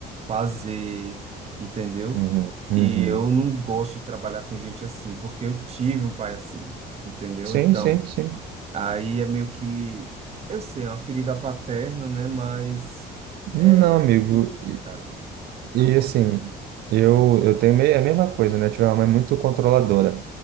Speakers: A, on the right; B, on the right.
A: fazer, entendeu?
B: uhum, uhum.
A: E eu não gosto de trabalhar com gente assim, porque eu tive um pai assim, entendeu?
B: Sim,
A: Então,
B: sim, sim.
A: aí é meio que, eu sei, é uma ferida paterna, né? Mas
B: Não,
A: é,
B: amigo.
A: eu não gosto, cara,
B: E
A: não gosto.
B: assim, eu, eu tenho me- é a mesma coisa, né? Tive uma mãe é muito controladora.